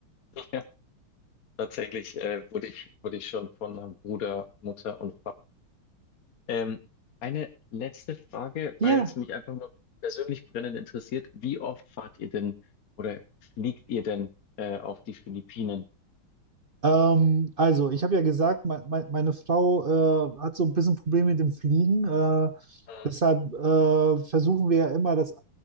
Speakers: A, on the left; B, on the right.
A: ja, tatsächlich äh, wurde ich wurde ich schon von Bruder, Mutter und Vater. Ähm, eine letzte Frage,
B: Ja.
A: weil es mich einfach nur persönlich brennend interessiert. Wie oft fahrt ihr denn oder fliegt ihr denn äh, auf die Philippinen?
B: Ähm, also, ich habe ja gesagt, me me meine Frau äh, hat so ein bisschen Probleme mit dem Fliegen. Äh,
A: Mhm.
B: deshalb äh, versuchen wir ja immer, das